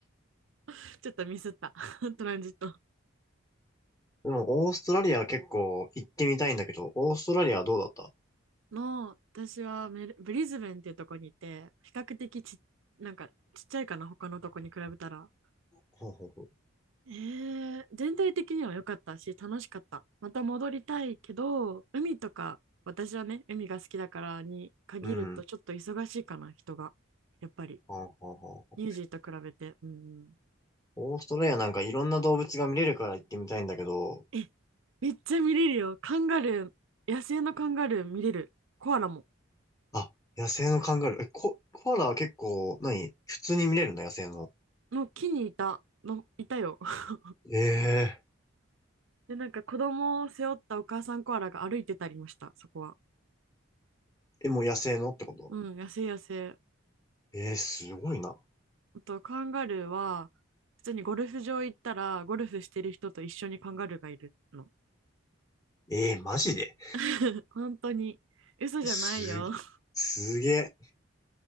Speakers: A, on the right; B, on the left.
A: <laughs> ちょっとミスった <laughs> トランジット
B: でも、オーストラリア結構行ってみたいんだけど、オーストラリアはどうだった
A: の私はメルブリズベンっていうとこにいて比較的ちなんかちっちゃいかな他のとこに比べたら
B: ほうほうほ
A: えー、全体的には良かったし楽しかったまた戻りたいけど海とか私はね海が好きだからに限るとちょっと忙しいかな人がやっぱり
B: う。うん。はあはあはあ
A: ニュージーと比べてうん
B: オーストラリアなんかいろんな動物が見れるから行ってみたいんだけど、
A: えめっちゃ見れるよカンガルー野生のカンガルー見れるコアラも
B: あ、野生のカンガルー。え、コ、コアラは結構、何普通に見れるの野生の。
A: の木にいた、の、いたよ。<laughs>
B: ええー
A: で、なんか子供を背負ったお母さんコアラが歩いてたりました、そこは。
B: え、もう野生のってこと
A: うん、野生野生。
B: ええーすごいな。
A: あと、カンガルーは、普通にゴルフ場行ったら、ゴルフしてる人と一緒にカンガルーがいるの。
B: ええーマジで
A: <laughs> 本当に。嘘じゃないよ。
B: すげ、
A: <laughs>
B: すげえ。